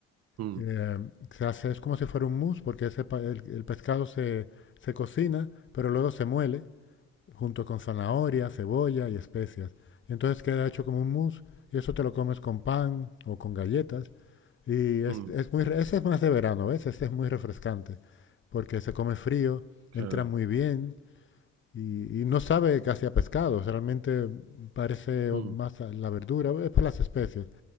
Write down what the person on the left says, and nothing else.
Eh, se hace, es como si fuera un mousse, porque ese pa- el, el pescado se, se cocina, pero luego se muele junto con zanahoria, cebolla y especias. Y entonces queda hecho como un mousse y eso te lo comes con pan o con galletas. Y es,
es muy, ese es más de verano, ¿ves? ese es muy refrescante porque se come frío,
entra muy bien y, y no sabe casi a pescado Realmente parece
más a la verdura, es por las especies.